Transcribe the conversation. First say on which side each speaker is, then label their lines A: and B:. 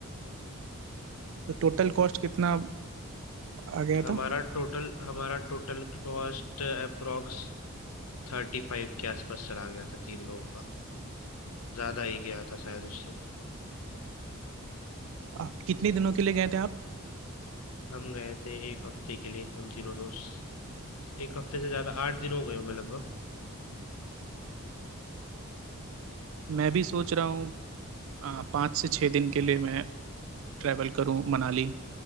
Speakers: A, on the right (about 65°); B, on the left (about 85°).
A: तो टोटल कॉस्ट कितना आ गया
B: हमारा
A: था
B: टोटल हमारा टोटल कॉस्ट अप्रोक्स थर्टी फाइव के आसपास चला गया था तीन लोगों का ज्यादा ही गया था शायद उससे
A: आप कितने दिनों के लिए गए थे आप
B: हम गए थे एक हफ्ते के लिए हम तीनों दोस्त एक हफ्ते से ज्यादा आठ दिन हो गए होंगे लगभग
A: मैं भी सोच रहा हूँ आ, पाँच से छः दिन के लिए मैं ट्रैवल करूँ मनाली